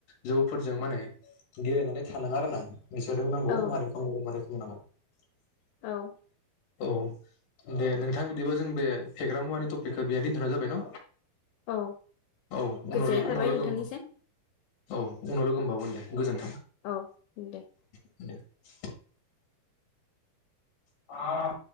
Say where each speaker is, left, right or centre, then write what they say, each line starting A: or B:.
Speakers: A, on the left; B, on the left.
A: जौफोरजों माने गेलेनानै थानाङा आरोना? बिसोरो बुंनांगौ
B: औ
A: मारै खांनांगौ मारै <unintelligible>
B: औ
A: औ दे नोंथां बिदिबा जों बे फेग्रा मुवानि टपिकखौ बेनो दोनथ'नाय जाबाय न?
B: औ
A: औ उनाव
B: गोजोननाय थाबाय
A: उनाव लोगो
B: नोंथांनिसिम
A: औ उनाव लोगो मोनबावगोन दे गोजोन
B: औ दे
A: <inaudible> आ